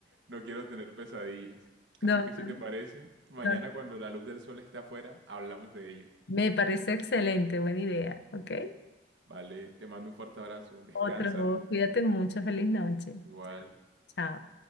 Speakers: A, on the right (about 75°); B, on the left (about 60°).
A: no quiero tener pesadillas. Así
B: no,
A: que si
B: no,
A: te parece, mañana
B: no.
A: cuando la luz del sol esté afuera, hablamos de ello.
B: Me parece excelente, buena idea, ¿ok?
A: Vale, te mando un fuerte abrazo, descansa,
B: Otro, cuídate mucho, feliz noche.
A: igual.
B: Chao.